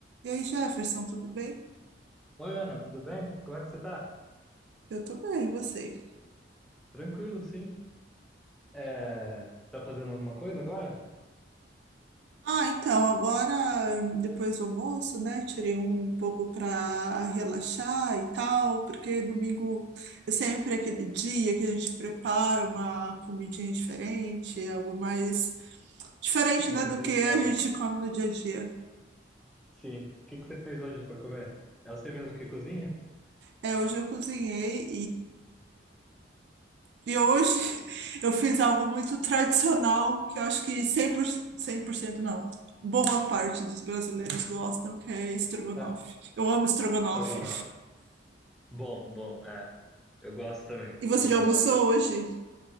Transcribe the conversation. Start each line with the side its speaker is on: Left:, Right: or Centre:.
Right: E aí, Jefferson, tudo bem?
Centre: Oi, Ana, tudo bem? Como é que você tá?
Right: Eu tô bem, e você?
Centre: Tranquilo, sim. É, tá fazendo alguma coisa agora?
Right: Ah, então, agora, depois do almoço, né, tirei um pouco para relaxar e tal, porque domingo é sempre aquele dia que a gente prepara uma comidinha diferente, algo mais diferente,
Centre: <laughs>
Right: né,
Centre: Ih,
Right: do
Centre: Legal.
Right: que a gente come no dia a dia.
Centre: Sim. O que que você fez hoje para comer? É você mesmo que cozinha?
Right: É, hoje eu cozinhei E hoje <laughs> eu fiz algo muito tradicional que eu acho que cem por cento cem por cento não. Boa parte dos brasileiros gostam, que é estrogonofe.
Centre: Ah,
Right: Eu amo estrogonofe.
Centre: estrogonofe. Bom, bom, é. Eu gosto também,
Right: E
Centre: de
Right: você
Centre: estrogonofe.
Right: já almoçou hoje?